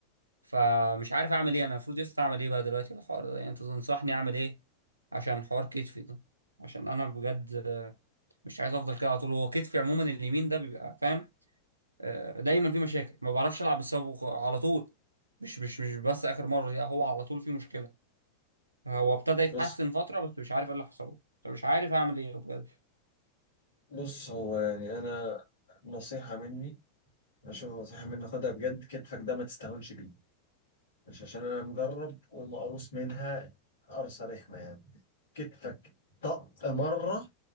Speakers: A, on the right; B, on the left.
A: فمش عارف اعمل ايه انا المفروض يسطا اعمل ايه بقى دلوقتي في الحوار ده يعني انت تنصحني اعمل ايه عشان حوار كتفي ده عشان انا بجد آه، مش عايز افضل كده على طول هو كتفي عموما اليمين ده بيبقى فاهم آه، دايما في مشاكل ما بعرفش العب بسببه خ- على طول مش مش مش بس اخر مره دي هو على طول في مشكله هو ابتدى يتحسن
B: بص
A: فتره بس مش عارف ايه اللي حصل له فمش عارف اعمل ايه بجد
B: بص هو يعني انا نصيحة مني عشان نصيحة مني خدها بجد كتفك ده ما تستهونش بيه مش عشان انا مجرب ومقروص منها قرصة رخمة يعني كتفك طق مرة